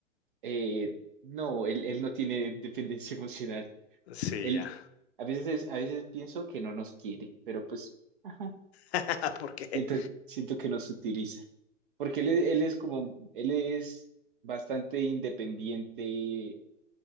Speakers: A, on the right; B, on the left.
A: Eh, no, él, él no tiene dependencia emocional.
B: Sí,
A: Él,
B: ya.
A: a veces, es- a veces pienso que no nos quiere, pero pues, ajá,
B: <laughs> Porque.
A: siento, siento que nos utiliza. Porque él, él es como, él es bastante independiente